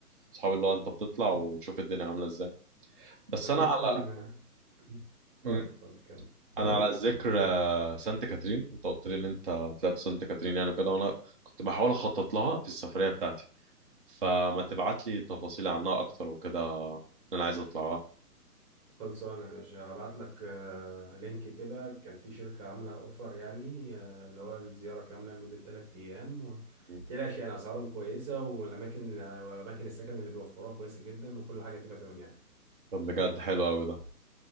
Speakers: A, on the right (about 35°); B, on the right (about 20°).
A: صحاب اللي هو انت بتطلع وتشوف الدنيا عامله ازاي بس
B: عامة
A: انا على
B: آه، اتفضل
A: م-
B: اتفضل كمل كمل
A: انا على ذكر
B: كمل
A: سانت كاترين انت قلت لي ان انت طلعت سانت كاترين يعني كده وانا كنت بحاول اخطط لها في السفريه بتاعتي فما تبعت لي تفاصيل عنها اكتر وكده إن انا عايز اطلعها
B: خلصانة يا باشا هبعت لك آه، لينك كده كان في شركة عاملة اوفر يعني آه، اللي هو الزيارة كاملة لمدة تلات أيام و-
A: مم.
B: متقلقش يعني أسعارهم كويسة والأماكن وأماكن السكن اللي بيوفروها كويسة جدا وكل حاجة تبقى تمام يعني
A: طب بجد حلو قوي ده